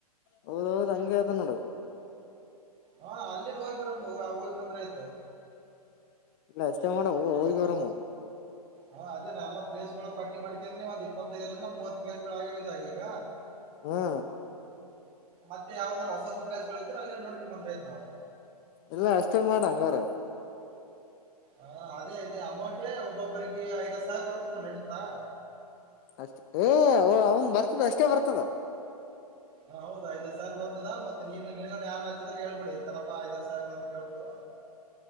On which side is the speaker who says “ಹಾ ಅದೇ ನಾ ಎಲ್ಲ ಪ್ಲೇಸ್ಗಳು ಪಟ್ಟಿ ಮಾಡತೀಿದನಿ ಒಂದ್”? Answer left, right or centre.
Right